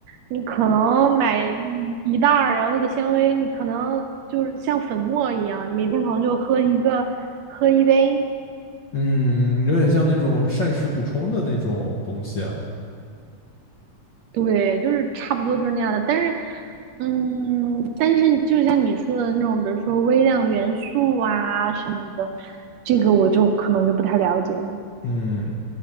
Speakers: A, on the right; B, on the left.
A: 你可能买一一袋儿，然后那个纤维你可能就是像粉末一样，你每天可能就喝一个喝一杯，
B: 嗯，有点像那种膳食补充的那种东西啊。
A: 对，就是差不多就是那样的。但是，嗯，但是就像你说的那种，比如说微量元素啊什么的，这个我就可能就不太了解了。
B: 嗯